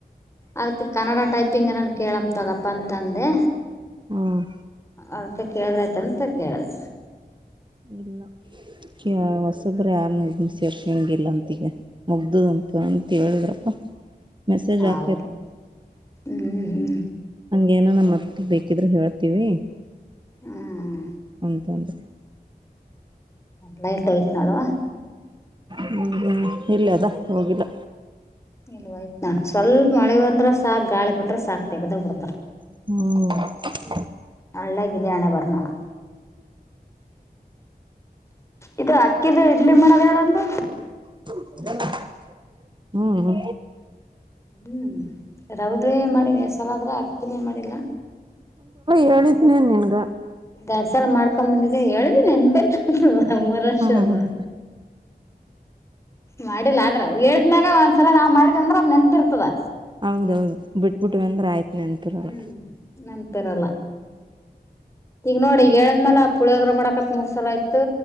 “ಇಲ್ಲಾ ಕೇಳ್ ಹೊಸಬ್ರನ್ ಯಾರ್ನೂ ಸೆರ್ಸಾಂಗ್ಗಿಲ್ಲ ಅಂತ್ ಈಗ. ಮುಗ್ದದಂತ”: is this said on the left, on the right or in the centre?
Right